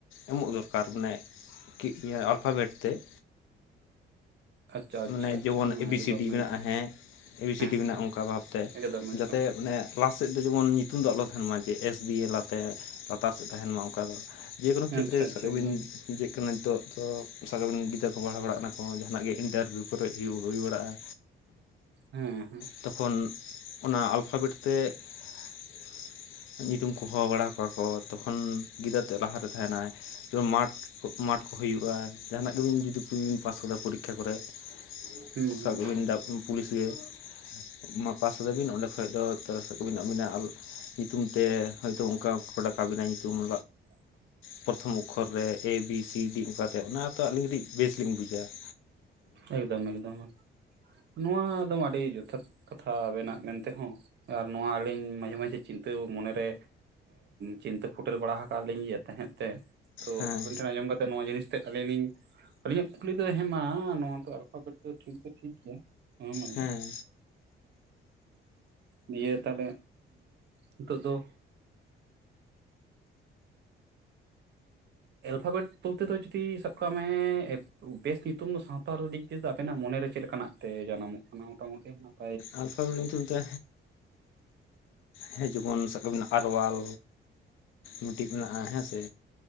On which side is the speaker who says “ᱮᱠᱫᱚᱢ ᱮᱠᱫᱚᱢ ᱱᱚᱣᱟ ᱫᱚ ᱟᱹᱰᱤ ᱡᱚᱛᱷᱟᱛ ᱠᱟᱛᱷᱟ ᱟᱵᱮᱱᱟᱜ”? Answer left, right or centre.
Right